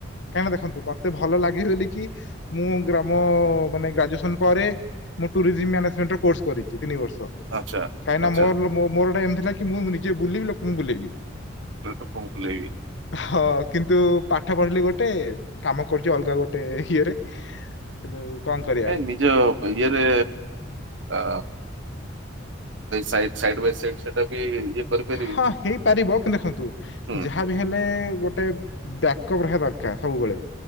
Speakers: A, on the left; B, on the right.
A: କାହିଁକି ନା ଦେଖନ୍ତୁ ମତେ ଭଲ ଲାଗେ ବୋଲି କି ମୁଁ ଗ୍ରାମ ମାନେ ଗ୍ରାଜୁଏସନ ପରେ ମୁଁ ଟୁରିଜିମ୍ ମ୍ୟାନେମେଣ୍ଟର କୋର୍ସ କରିଚି ତିନି ବର୍ଷ।
B: ଆଚ୍ଛା
A: କାହିଁକିନା
B: ଆଚ୍ଛା
A: ମୋର ମୋର ଗୋଟା ଏମିତିଥିଲା କି ମୁଁ ନିଜେ ବୁଲିବି ଲୋକଙ୍କୁ ବୁଲେଇବି।
B: <unintelligible> ବୁଲେଇବେ।
A: ହଁ କିନ୍ତୁ ପାଠ ପଢିଲେ ଗୋଟେ କାମ କରୁଛି ଅଲଗା ଗୋଟେ ଇଏରେ କିନ୍ତୁ କଣ କରିବା
B: ଏ ନିଜ ଇଏରେ ଅ ସାଇ ସାଇଡ ବାଇ ସାଇଡ ସେଟା ବି ଇଏ କରିପାରିବି
A: ହଁ ହେଇପାରିବ କିନ୍ତୁ ଦେଖନ୍ତୁ
B: ହୁଁ
A: ଯାହା ବି ହେଲେ ଗୋଟେ ଡ୍ୟା ଅପ୍ ରହିବା ଦରକାର ସବୁବେଳେ।